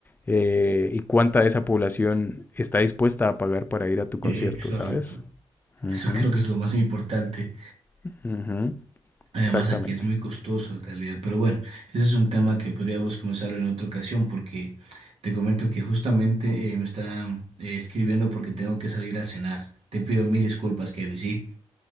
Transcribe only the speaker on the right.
Exacto.
Eso
creo que es lo más importante.
Además,
aquí es muy costoso en realidad. Pero bueno, ese es un tema que podríamos comenzar en otra ocasión porque te comento que justamente eh, me está eh, escribiendo porque tengo que salir a cenar. Te pido mil disculpas, Kevin, ¿sí?